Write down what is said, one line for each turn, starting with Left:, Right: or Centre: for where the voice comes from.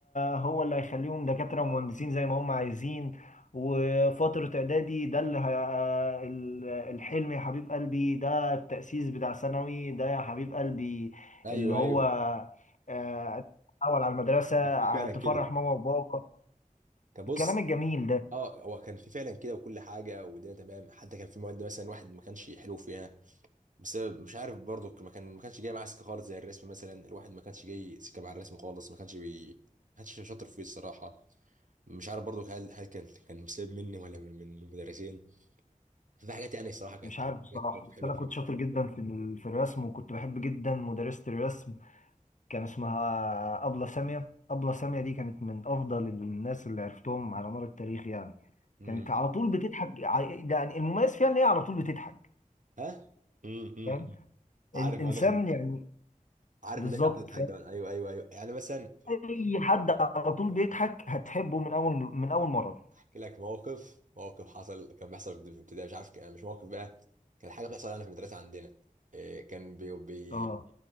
Left: هو اللي هيخليهم دكاترة ومهندسين زي ما هم عايزين وفترة إعدادي ده اللي هي... ال- الحلم يا حبيب قلبي ده التأسيس بتاع ثانوي ده يا حبيب قلبي
Right: ايوه
Left: اللي هو
Right: ايوه
Left: آه، أول على المدرسة
Right: كان
Left: ع-
Right: في فعلا
Left: تفرح
Right: كده
Left: ماما وبابا
Right: طب بص
Left: الكلام الجميل ده
Right: اه هو كان في فعلا كده وكل حاجه والدنيا تمام حتى كان في مواد مثلا واحد ما كانش حلو فيها بسبب مش عارف برضه ما كان ما كانش جاي معاه سكه خالص زي الرسم مثلا الواحد ما كانش جاي سكه مع الرسم خالص ما كانش بي... ما كانش شاطر فيه الصراحه مش عارف برضه هل هل كان كان بسبب مني ولا من من من المدرسين ففي حاجات يعني الصراحه كانت
Left: مش
Right: كانت
Left: عارف الصراحة
Right: حاجات مواقف
Left: بس
Right: حلوه
Left: أنا
Right: فيها
Left: كنت شاطر جدا في ال- في الرسم وكنت بحب جدا مدرسة الرسم كان اسمها أبلة سامية أبلة سامية دي كانت من أفضل الناس اللي عرفتهم على مر التاريخ يعني
Right: امم
Left: كانت على طول بتضحك ع- يعني المميز فيها إن هي على طول بتضحك
Right: ها امم امم
Left: فاهم
Right: عارف
Left: إن- إنسان
Right: انا
Left: يعني
Right: عارف
Left: بالظبط
Right: الناس عاطفة تضحك
Left: فاهم؟
Right: دايما ايوه ايوه ايوه يعني مثلا
Left: أي حد على طول بيضحك هتحبه من أول من أول مرة
Right: احكي لك موقف موقف حصل كان بيحصل في ابتدائي مش عارف كان- مش موقف بقى كان حاجه بتحصل يعني في المدرسه عندنا إيه، كان بي بي
Left: أه